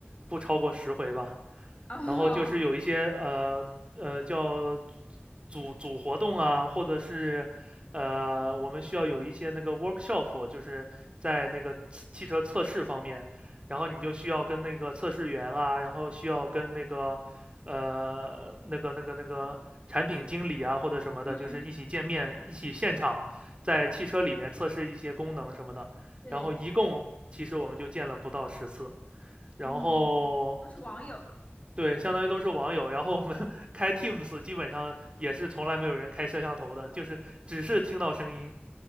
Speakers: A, on the right (about 25°); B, on the left (about 35°).
A: 不超过十回吧。
B: 哦
A: 然后就是有一些呃呃叫组组活动啊，或者是呃我们需要有一些那个 workshop，就是在那个汽车测试方面，然后你就需要跟那个测试员啊，然后需要跟那个呃那个那个那个产品经理啊或者什么的，
B: 嗯，
A: 就是一起见面，一起现场在汽车里面测试一些功能什么的。
B: 对，
A: 然后一共其实我们就见了不到十次。然后
B: 嗯，都是网友。
A: 对，相当于都是网友。然后我们 <laughs> 开 Teams，基本上也是从来没有人开摄像头的，就是只是听到声音。